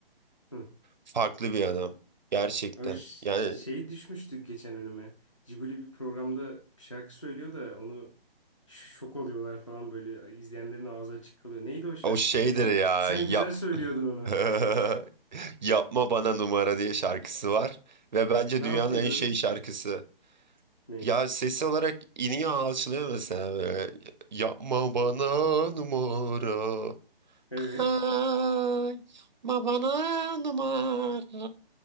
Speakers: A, on the left; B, on the right.
A: Hı.
B: Farklı bir adam. Gerçekten.
A: Abi ş-
B: Yani
A: şey düşmüştük geçen önüme. Ciguli bir programda bir şarkı söylüyor da onu şok oluyorlar falan böyle izleyenlerin ağzı açık kalıyor. Neydi o şarkı
B: o şeydir
A: ya? Sen
B: ya.
A: sen
B: Yap.
A: güzel söylüyordun onu.
B: <laughs> Yapma bana numara diye şarkısı var. Ve bence
A: Ne
B: dünyanın
A: yapıyordu
B: en
A: orada?
B: şey şarkısı.
A: Ne?
B: Ya sesi olarak iniyor alçılıyor mesela böyle. Yapma bana numara.
A: Evet.
B: Aa, yapma bana numara.